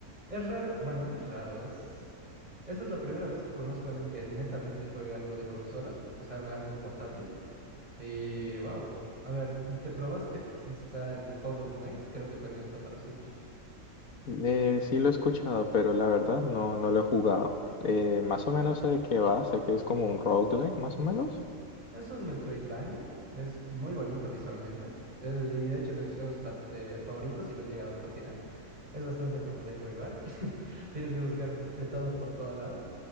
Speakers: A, on the right; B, on the left.
A: es raro, bueno, no es raro, es... Esta es la primera vez que conozco a alguien que netamente juegue algo de consola, o sea, algo portátil. Y wow, a ver, ¿te probaste quizá el Hollow Knight? Creo que también está para Switch.
B: Eh, sí lo he escuchado, pero la verdad no, no lo he jugado. Eh, más o menos sé de qué va, sé que es como un roguelike, más o menos.
A: Es un Metroidvania, es muy bonito visualmente, eh, y de hecho es de mis juegos plat- eh, favoritos y lo he llegado a platinar. Es bastante complejo igual, <laughs> tienes que buscar de todo por todo lado.